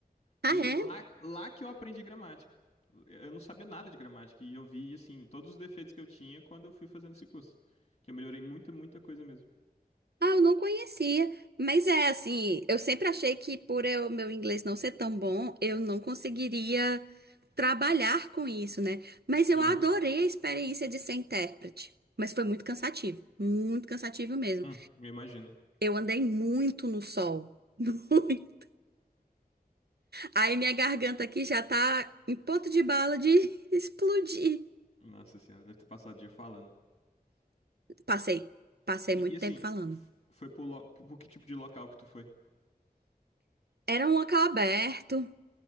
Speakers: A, on the right; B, on the left.
A: Ah,
B: E
A: é?
B: lá, lá que eu aprendi gramática. Eu não sabia nada de gramática e eu vi, assim, todos os defeitos que eu tinha quando eu fui fazendo esse curso. Que eu melhorei muita, muita coisa mesmo.
A: Ah, eu não conhecia. Mas é assim, eu sempre achei que por eu, meu inglês não ser tão bom, eu não conseguiria trabalhar com isso, né? Mas eu
B: Aham.
A: adorei a experiência de ser intérprete. Mas foi muito cansativo, muito cansativo mesmo.
B: Hum, eu imagino.
A: Eu andei muito no sol. <laughs> Aí minha garganta aqui já tá em ponto de bala de <laughs> explodir.
B: Nossa senhora, deve ter passado o dia falando.
A: Passei, passei
B: E,
A: muito
B: e assim,
A: tempo falando.
B: f- foi pro, lo- pro que tipo de local que tu foi?
A: Era um local aberto,